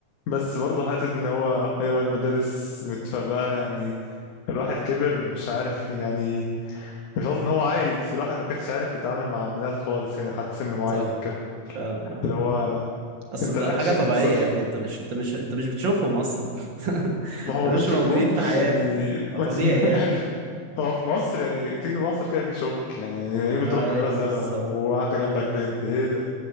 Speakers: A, on the left; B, on the right.
A: بس برضه حتة إن هو أيوة المدارس متفرقة يعني الواحد كبر مش عارف يعني مش قصدي إن هو عايز الواحد ما كانش عارف يتعامل مع بنات خالص يعني لحد سن معين
B: صح
A: كده
B: فعلا اه
A: اللي هو
B: اصل
A: انتراكشن
B: ده حاجة طبيعية
A: صفر
B: يا ابني انت مش انت مش انت مش بتشوفهم اصلا <laughs>
A: ما
B: ما
A: هو
B: كانوش
A: ما نشوفهمش
B: موجودين في حياتك
A: يعني
B: فطبيعي
A: <laughs>
B: يعني
A: ايوه هو في مصر يعني تيجي مصر كده في شوك يعني يعني ايه بتروح
B: ايوه
A: مدرسة
B: بالظبط
A: وقاعدة جنبك بنت ايه ده